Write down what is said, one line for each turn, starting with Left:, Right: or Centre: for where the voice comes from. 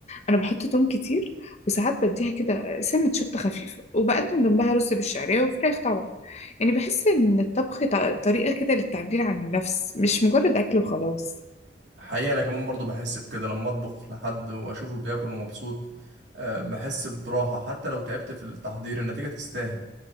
Left: أنا بحط توم كتير وساعات بديها كده سنة شطة خفيفة وبقدم جنبها رز بالشعرية وفراخ طبعا يعني بحس إن الطبخ ط- طريقة كده للتعبير عن النفس مش مجرد أكل وخلاص
Right: حقيقه انا كمان برضو بحس بكده لما اطبخ لحد واشوفه بياكل ومبسوط آه، بحس براحه حتى لو تعبت في التحضير النتيجه تستاهل